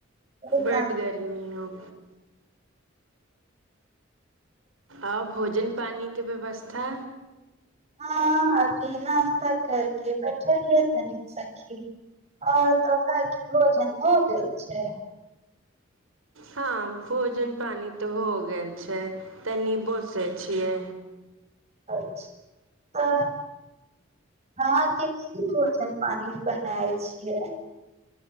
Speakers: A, on the right; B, on the right.
A: एकदम
B: बड्ड गर्मी होउ आउ भोजन पानी केँ व्यवस्था
A: हँ अभी नास्ता करके बैठलियै तनी सखी आओर तोरा आरकेँ भोजन हो गेल छै
B: हँ भोजन पानी तऽ हो गेल छै तनी बैसे छियै
A: अच्छ तऽ अहाँकेँ की भोजन पानी बनाएल छियै